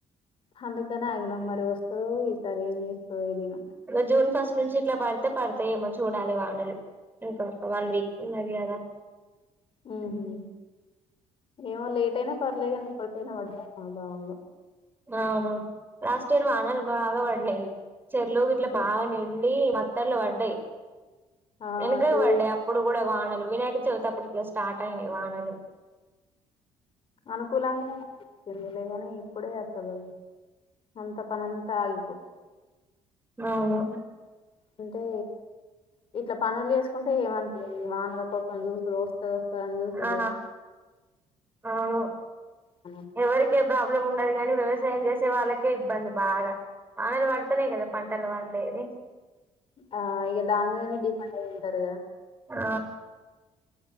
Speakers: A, on the left; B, on the right.
A: అందుకని ఆగినం మరి వస్తదో ఈసారి ఏం చేస్తదో తెలిదు
B: ఆ జూన్ ఫస్ట్ నుంచి ఇట్ల పడితే పడతాయేమో చూడాలి వానలు ఇంకో వన్ వీక్ ఇంగ అది కాద
A: ఉహు
B: ఉ
A: ఏమో లేట్ అయినా పర్లేగాని ఎప్పటికైనా పడ్డా బాగుండు
B: అవును లాస్ట్ ఇయర్ వానలు బాగా పడ్డాయి చెర్లు గిట్ల బాగా నిండి మత్తర్లు పడ్డాయి
A: ఆ
B: వెనక
A: టూ
B: పడ్డాయి
A: ఇయర్స్
B: అప్పుడు కూడ వానలు వినాయక చవితి అప్పుడుల స్టార్ట్ అయినాయి వానలు
A: అనుకూలంగానే వచ్చింది లేగాని ఇప్పుడే అసలు అంత పని అంత ఆగిపో
B: అవును
A: అంటే ఇట్లా పనులు వేసుకుంటే ఏమనిపియ వానల కోసం దూసులు వస్త <unintelligible> చు సుడు
B: ఆ అవును
A: అనిపియదు
B: ఎవరి <unintelligible> ప్రాబ్లం ఉండదు గానీ వ్యవసాయం చేసే వాళ్ళకే ఇబ్బంది బాగ <unintelligible> <unintelligible> కదా పంటలు పండేది
A: ఆ ఇగ దాని మీదనే డిపెండ్ అయి ఉంటారు
B: ఆ